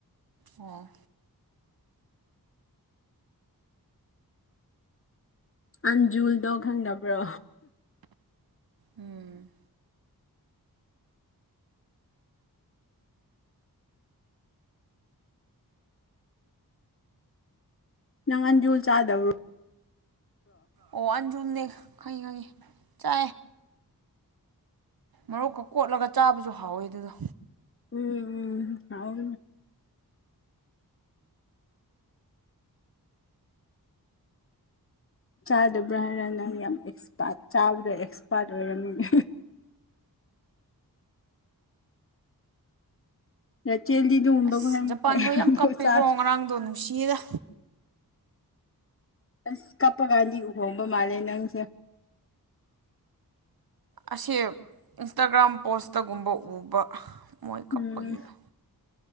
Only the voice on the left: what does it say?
ꯑꯟꯖꯨꯜꯗꯣ ꯈꯪꯕ꯭ꯔꯣ
ꯅꯥꯟ ꯖꯣꯜ ꯆꯥꯗꯕꯣ
ꯎ ꯎꯥꯎ ꯆꯥꯗꯕ꯭ꯔꯥ ꯍꯥꯏꯔ ꯅꯪ ꯌꯥꯝ ꯑꯦꯛꯁꯄꯥꯔꯠ ꯆꯥꯕꯗ ꯑꯦꯛꯁꯄꯥꯔꯠ ꯑꯣꯏꯔꯝꯃꯤ ꯔꯆꯦꯜꯗꯤ ꯑꯗꯨꯒꯨꯝꯕꯒ
ꯌꯥꯝ
ꯆꯥꯁ
ꯑꯁ ꯀꯞꯄꯒꯗꯤ ꯎꯍꯣꯡꯕ ꯃꯥꯜꯂꯦ ꯅꯪꯁꯦ
ꯎꯝ